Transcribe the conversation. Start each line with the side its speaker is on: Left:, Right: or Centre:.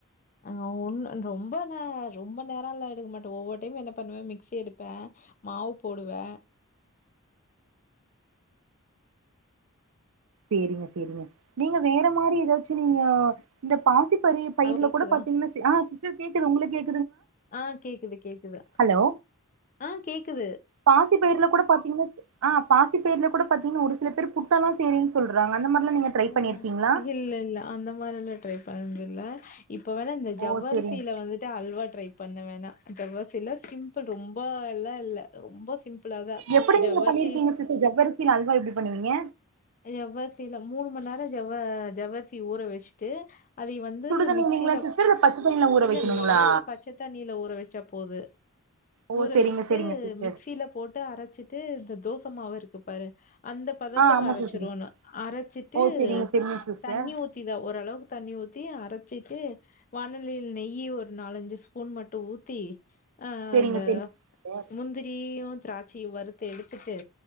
Left: ஆ ஒண்ணு ரொம்ப நா ரொம்ப நேரோ எல்லா எடுக்க மாட்டே ஒவ்வோர் டயமு என்ன பண்ணுவே மிக்ஸி எடுப்பே மாவு போடுவே
Right: சேரிங் சேரிங் நீங்க வேற மாரி எதாச்சு நீங்க இந்த பாசி பறி பயிர்ல
Left: அது கேக்குதா?
Right: கூட பாத்தீங்கன்னா ஆ சிஸ்டர் கேக்குது உங்களுக்கு கே
Left: ஆ கேக்குது கேக்குது
Right: ஹலோ
Left: ஆ கேக்குது
Right: பாசி பயிர்ல கூட பாத்தீங்னா ஆ பாசி பயிர்ல கூட பாத்தீங்கன்னா ஒரு சில பேர் புட்டெல்லா செய்றேனு சொல்றாங்க அந்த மாரிலா நீங்க ட்ரை
Left: ஓ
Right: பண்ணிருக்கீங்களா
Left: இல்ல இல்ல அந்த மாரியெல்லா ட்ரை பண் இல்ல இப்ப வேணா இந்த
Right: ஓ
Left: ஜவ்வரிசில
Right: சேரிங்க
Left: வந்துட்டு அல்வா ட்ரை பண்ண வேணா ஜவ்வரிசில சிம்பிள் ரொம்ப எல்லா இல்ல ரொம்ப சிம்பிளாதா
Right: எப்டி நீங்க
Left: ஜவ்வரிசி
Right: பண்ணிருக்கீங்க சிஸ்டர் ஜவ்வரிசில அல்வா எப்டி பண்ணுவீங்க
Left: ஜவ்வரிசில மூணு மண் நேரோ ஜவ ஜவ்வரிசிய ஊற வெச்சிட்டு அதை வந்து
Right: சுடுதண்ணி
Left: மிக்ஸில
Right: இல்லைங்களா சிஸ்டர் இல்ல பச்ச தண்ணில ஊற
Left: இல்ல
Right: வைக்கணுங்களா
Left: நார்மல் பச்சத் தண்ணில ஊற வெச்சா போது
Right: ஓ
Left: ஊற
Right: சேரிங்க
Left: வெச்சிட்டு
Right: சேரிங்க சிஸ்டர்
Left: மிக்ஸில போட்டு அரச்சிட்டு இந்த தோசமாவு இருக்கு பாரு அந்த பதத்துக்கு
Right: ஆ ஆமா
Left: அர
Right: சிஸ்டர்
Left: ச்சிரோனு அரச்சிட்டு
Right: ஓ சேரிங்க சேரிங்க சிஸ்டர்
Left: தண்ணி ஊத்திதா ஓரளவுக்கு தண்ணி ஊத்தி அரச்சி ட்டு வானலைல நெய்யி ஒரு நாலஞ்சு ஸ்பூன் மட்டு ஊத்தி ஆ
Right: சேரிங்க
Left: அந்த
Right: சேரிங்க சிஸ்டர்
Left: முந்திரியு திராச்சயு வறுத்து எடுத்துட்டு